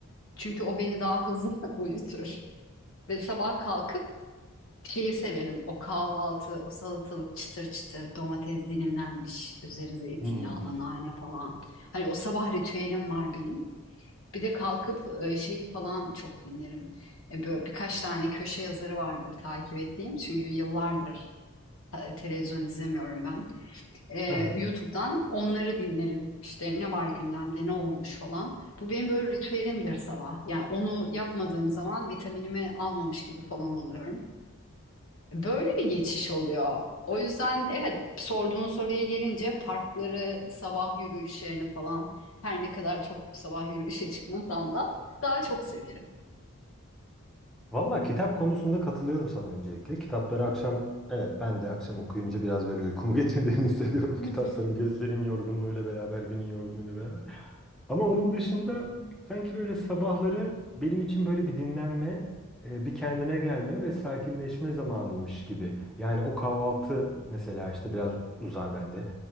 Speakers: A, on the left; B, in the centre.
A: Çünkü o beni daha hızlı <laughs> uyutur. Ve sabah kalkıp Şeyi severim. O kahvaltı, o salatalık çıtır çıtır, domates dilimlenmiş, üzeri zeytinyağlı,
B: Hmm.
A: nane falan. Hani o sabah ritüelim var benim. Bir de kalkıp e, şeyi falan çok dinlerim. E, Böyle birkaç tane köşe yazarı vardır takip ettiğim. Çünkü yıllardır e, televizyon izlemiyorum ben. E,
B: Aha.
A: YouTube'dan onları dinlerim. İşte ne var gündemde, ne olmuş falan. Bu benim böyle ritüelimdir sabah. Yani onu yapmadığım zaman vitaminimi almamış gibi falan oluyorum. Böyle bir geçiş oluyor. O yüzden evet sorduğun soruya gelince parkları, sabah yürüyüşlerini falan her ne kadar çok sabah yürüyüşe çıkmasam da daha çok severim.
B: Valla kitap konusunda katılıyorum sana öncelikle. Kitapları akşam, evet ben de akşam okuyunca biraz böyle uykumu <laughs> getirdiğini hissediyorum.
A: <laughs>
B: Kitapların gözlerin yorgunluğuyla beraber, günün yorgunluğuyla beraber. Ama onun dışında sanki böyle sabahları benim için böyle bir dinlenme, e, bir kendine gelme ve sakinleşme zamanıymış gibi. Yani o kahvaltı mesela işte biraz uzar bende.